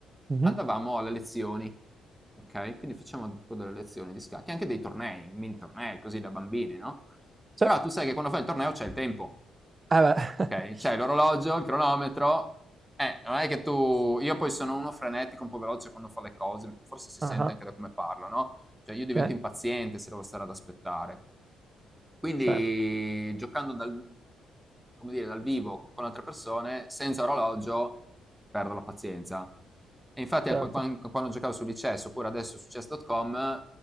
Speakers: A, on the right; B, in the centre.
A: Mhm.
B: andavamo alle lezioni, ok? Quindi facevamo tipo delle lezioni di scacchi, anche dei tornei, mini tornei così da bambini, no?
A: Sì,
B: Però
A: eh
B: tu sai che quando fai il torneo c'è il tempo.
A: beh. <laughs>
B: Ok, c'è l'orologio, il cronometro. Eh, non è che tu... Io poi sono uno frenetico, un po' veloce quando fa le cose, forse si
A: Ah,
B: sente anche da come parlo, no? Cioè io divento
A: ok,
B: impaziente se devo stare ad aspettare. Quindi
A: sì,
B: giocando dal, come dire, dal vivo con altre persone, senza orologio, perdo la pazienza. E infatti
A: certo.
B: anche quan- anche quando giocavo su Lichess, oppure adesso su chess.com,